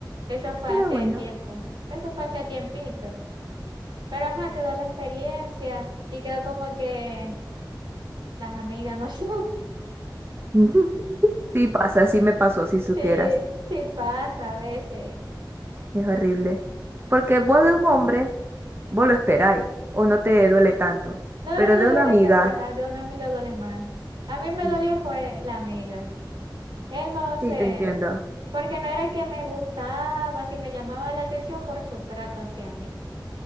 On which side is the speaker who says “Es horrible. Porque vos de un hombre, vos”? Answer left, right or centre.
Right